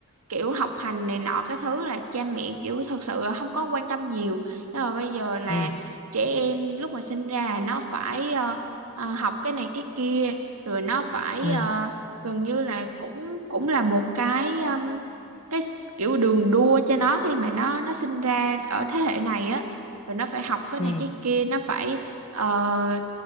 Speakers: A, on the right; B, on the left.
A: kiểu học hành này nọ cái thứ là cha mẹ kiểu thật sự là không có quan tâm nhiều nhưng mà bây giờ là
B: ừ
A: trẻ em lúc mà sinh ra nó phải ờ, ờ, học cái này cái kia rồi nó phải
B: ừ
A: ờ, gần như là cũng cũng là một cái um, cái s- kiểu đường đua cho nó khi mà nó nó sinh ra ở thế hệ này á rồi nó phải học cái
B: ừ
A: này
B: ừ,
A: cái kia nó phải ờ,